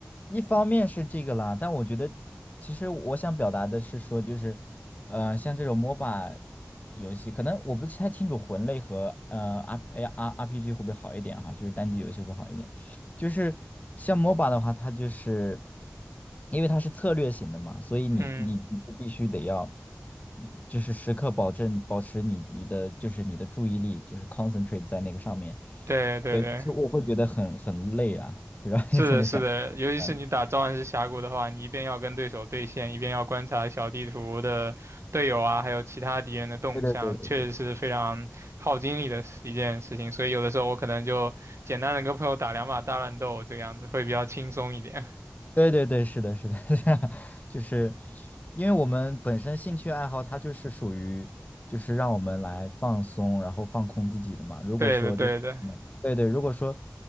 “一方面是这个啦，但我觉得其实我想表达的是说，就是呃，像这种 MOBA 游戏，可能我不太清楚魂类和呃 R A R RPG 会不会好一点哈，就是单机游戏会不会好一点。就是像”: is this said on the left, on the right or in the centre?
Left